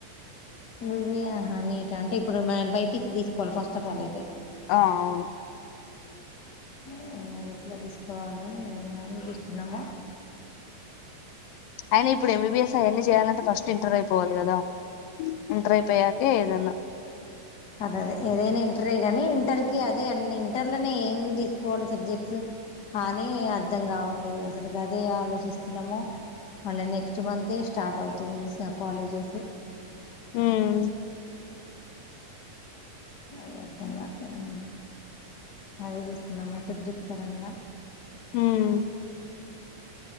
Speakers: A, on the left (about 35°); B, on the left (about 80°).
A: నువహా నీట్ అంటే ఇప్పుడు మనం బైపించి తీసుకోవాలి ఫస్ట్ ఆఫ్ ఆల్ అయితే
B: ఆ అవును
A: ఏ మరి ఎట్లా తీసుకోవాలి అని జూస్తున్నము
B: అయిన ఇప్పుడు ఎం బి బిఎస్ అయన్ని చేయాలం ఫస్ట్ ఇంటర్వూ అయి పోవాలి కదా ఇంటర్ అయిపోయాకే ఏదన్నా
A: అదదే ఏదైనా ఇంటరే గానీ ఇంటర్కి అదే అండి ఇంటర్లోనే ఏం తీసుకోవాలి, సబ్జెక్ట్స్ అనీ అర్థం కావట్లేదు అసలుకి అదే ఆలోచిస్తున్నాము. మళ్ళీ నెక్స్ట్ మంతే స్టార్ట్ అవుతుంది కాలేజెస్,
B: హ్మ్
A: అదే అర్థం కావట్లే మ్మ్, అదే జూస్తున్నాము సబ్జెక్ట్ పరంగా.
B: ఉమ్,